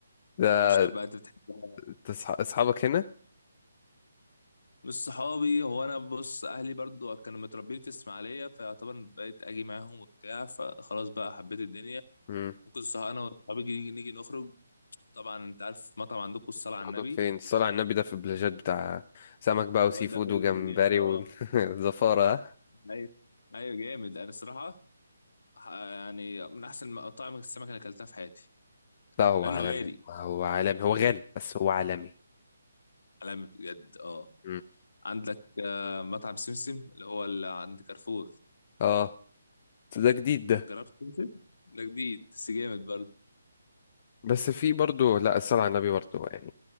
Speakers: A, on the left (about 40°); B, on the left (about 75°).
A: ده
B: انا مش عارف بقى انت بتحبها
A: أنت أصح- اصحابك هنا
B: بص صحابي هو انا بص اهلي برضو كانوا متربيين في اسماعيليه فيعتبر بقيت اجي معاهم وبتاع فخلاص بقى حبيت الدنيا
A: امم
B: ممكن صح انا وصحابي نيجي نيجي نخرج طبعا انت عارف مطعم عندكم الصلاه
A: تقعدوا
B: على النبي
A: فين الصلاة على النبي ده في البلاجات بتاع سمك بقى
B: اه
A: وسي فود
B: ده في البلايات
A: وجمبري
B: اه
A: وزفارة <laughs> ها؟
B: ايوه ايوه جامد انا الصراحه ح- يعني من احسن مطاعم السمك اللي اكلتها في حياتي
A: لا هو
B: مع
A: عالمي
B: انه غالي
A: هو عالمي هو غالي بس هو عالمي
B: عالمي بجد اه
A: امم
B: عندك آه، مطعم سمسم اللي هو اللي عند كارفور
A: اه ده جديد ده
B: جربت سمسم ده جديد بس جامد برضه
A: بس في برضو لا الصلاة على النبي برضو يعني